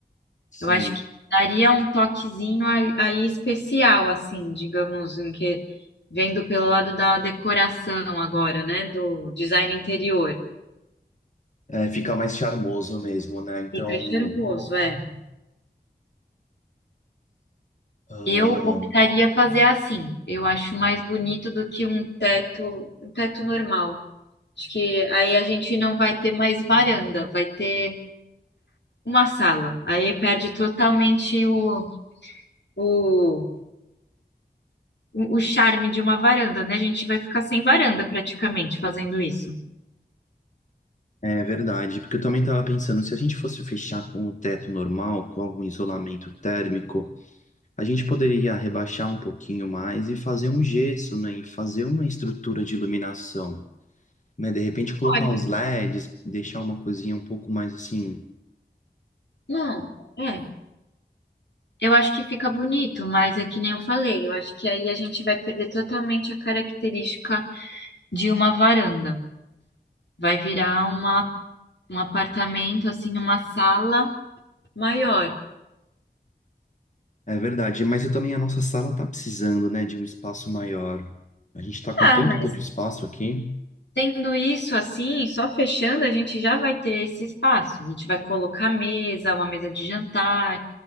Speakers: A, on the left; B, on the left.
A: Sim,
B: Eu acho que daria um toquezinho aí aí especial, assim, digamos, em que vendo pelo lado da decoração agora, né? Do design interior.
A: é, fica mais charmoso mesmo, né? Então,
B: Fica charmoso, é.
A: ahn,
B: Eu optaria fazer assim. Eu acho mais bonito do que um teto, um teto normal. Acho que aí a gente não vai ter mais varanda, vai ter uma sala. Aí perde totalmente o, o, o charme de uma varanda, né? A gente vai ficar sem varanda praticamente fazendo isso.
A: é verdade. Porque eu também estava pensando, se a gente fosse fechar com o teto normal, com algum isolamento térmico, a gente poderia rebaixar um pouquinho mais e fazer um gesso, né? E fazer uma estrutura de iluminação. né? De repente colocar
B: Olha,
A: uns LEDs, deixar uma coisinha um pouco mais assim.
B: Não, é. Eu acho que fica bonito, mas é que nem eu falei, eu acho que aí a gente vai perder totalmente a característica de uma varanda. Vai virar uma, um apartamento, assim, uma sala maior.
A: É verdade, mas eu também a nossa sala tá precisando, né, de um espaço maior. A gente tá com
B: Tá,
A: tanto
B: mas
A: pouco espaço aqui.
B: Tendo isso assim, só fechando, a gente já vai ter esse espaço. A gente vai colocar mesa, uma mesa de jantar,